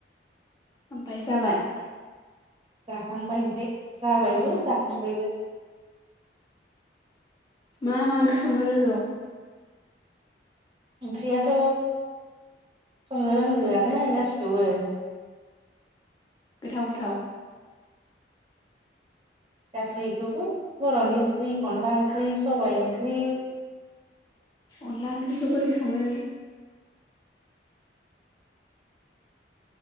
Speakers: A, on the left; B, on the right.
A: ओमफाय जाबाय
B: जाखांबाय ओमफ्राय जाबायबो
A: अ
B: जाखांबायबो
A: मा मा ओंख्रि संनो रोंगौ
B: ओंख्रियाथ' संनो रोंगोआनो गासिखौबो।
A: गोथाव गोथाव।
B: गासैखौबो बर'नि ओंख्रि अनला ओंख्रि सबबाय ओंख्रि
A: अनला ओंख्रिखौ बोरै सङो